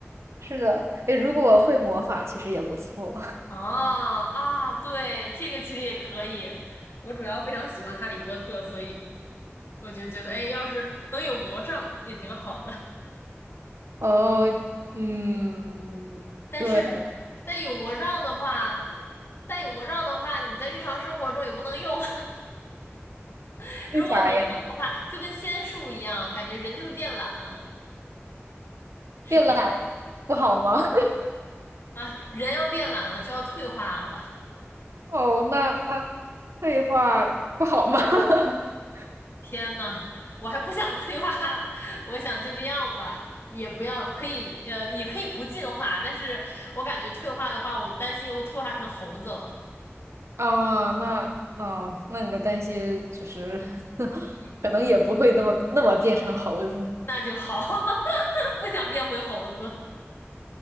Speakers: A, on the right; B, on the left.
A: 是的，哎，如果会魔法，其实也不错。
B: 啊啊，对，这个其实也可以。我主要非常喜欢《哈利波特》，所以我就觉得，哎，要是能有魔杖也挺好的。
A: 哦，嗯，
B: 但是如但有魔杖的话，
A: 对，
B: 但有魔杖的话，你在日常生活中也不能用。<laughs>
A: 为啥呀？
B: 如果能用的话，就跟仙术一样，感觉人就会变懒。什么？
A: 变懒不好吗？<laughs>
B: 哎，人要变懒了，就要退化了。
A: 哦，那那废话不好吗？<laughs>
B: 天呐，我还不想退化，<laughs> 我想就这样吧，也不要可以，呃，也可以不进化。但是我感觉退化的话，我担心又退化成猴子了，
A: 啊，那哦，那你的担心就是，<laughs>
B: 也
A: 可能也不会那么那么变成猴子。
B: 那就好，<laughs> 不想变回猴子。